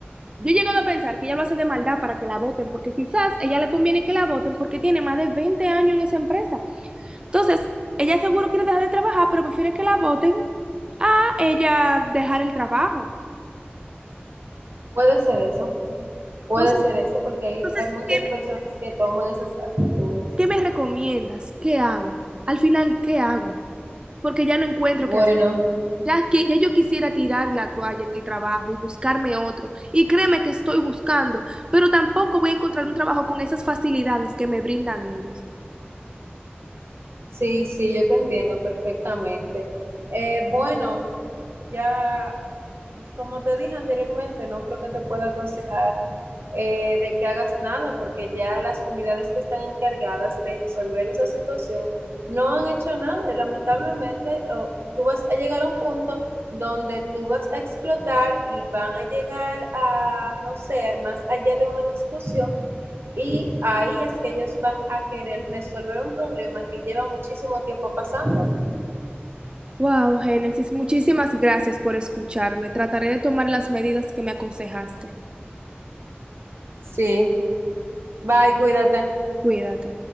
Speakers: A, on the right; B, on the right.
A: Yo he llegado a pensar que ella lo hace de maldad para que la voten, porque quizás ella le conviene que la voten porque tiene más de 20 años en esa empresa. Entonces, ella seguro quiere dejar de trabajar, pero prefiere que la voten a ella dejar el trabajo.
B: puede ser eso, puede
A: Entonces,
B: ser eso, porque hay,
A: entonces,
B: hay muchas
A: ¿qué me,
B: personas que toman esas actitudes.
A: qué me recomiendas? ¿Qué hago? Al final, ¿qué hago? Porque ya no encuentro
B: Bueno,
A: qué hacer. Ya que ya yo quisiera tirar la toalla en el trabajo y buscarme otro. Y créeme que estoy buscando, pero tampoco voy a encontrar un trabajo con esas facilidades que me brindan ellos.
B: sí, sí, yo te entiendo perfectamente. Eh, bueno, ya como te dije anteriormente, no creo que te pueda aconsejar eh, de que hagas nada, porque ya las unidades que están encargadas de resolver esa situación no han hecho nada y lamentablemente oh, tú vas a llegar a un punto donde tú vas a explotar y van a llegar a, no sé, más allá de una discusión y ahí es que ellos van a querer resolver un problema que lleva muchísimo tiempo pasando.
A: Wow, Génesis, muchísimas gracias por escucharme. Trataré de tomar las medidas que me aconsejaste.
B: Sí, bye, cuídate.
A: Cuídate.